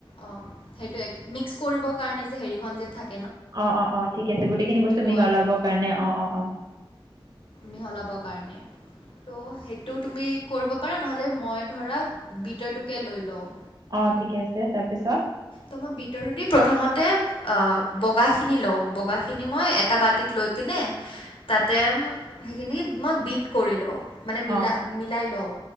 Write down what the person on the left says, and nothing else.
অঁ সেইটো এক, মিক্স কৰিবৰ কাৰণে যে হেৰিখন যে থাক
আৰু
মিহলাব কাৰণে। ত' সেইটো তুমি কৰিব পাৰা, নহ'লে মই ধৰা বিটাৰটোকে লৈ লওঁ।
তোমাক বিতাৰটো দি প্ৰথমতে আ বগাখিনি লওঁ, বগাখিনি মই এটা বাতিত লৈ পিনে তাতে সেইখিনি মই বিট কৰি লওঁ। মানে মিলা,
মিলাই লওঁ,